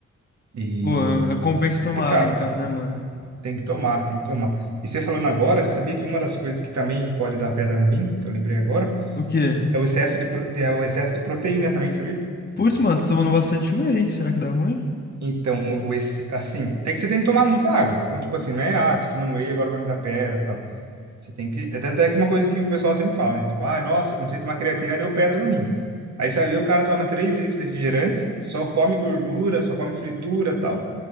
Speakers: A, on the right; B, on the left.
A: E
B: Pô, é- compensa
A: complicado,
B: tomar água então,
A: cara.
B: né, mano?
A: Tem que tomar, tem que tomar. E você falando agora, você sabia que uma das coisas que também pode dar pedra no rim, que eu lembrei agora,
B: O quê?
A: É o excesso de, pro- de- é o excesso de proteína também, sabia?
B: Putz, mano, tô tomando bastante whey. Será que dá ruim?
A: Então, o, o ex- assim, é que você tem que tomar muita água. Então, tipo assim, não é, ah, tô tomando whey, agora vai me dar pedra e tal. Você tem que. É tanto é que uma coisa que o pessoal sempre fala, né? Tipo, ah, nossa, comecei a tomar creatina, deu pedra no rim. Aí você vai ver, o cara toma 3 litros de refrigerante, só come gordura, só come fritura e tal.